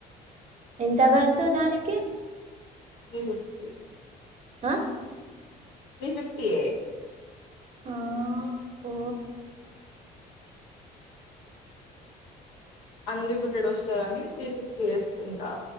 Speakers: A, on the right; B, on the left.
A: ఎంత గడుతవు దానికి.
B: ఉమ్ ఆహ్.
A: ఆహ్.
B: త్రీ ఫిఫ్టీ ఏ.
A: ఆహ్ ఓ.
B: అన్లిమిటెడ్ వస్తుందాని త్రీ ఫిఫ్టీ వేసుకుంటా.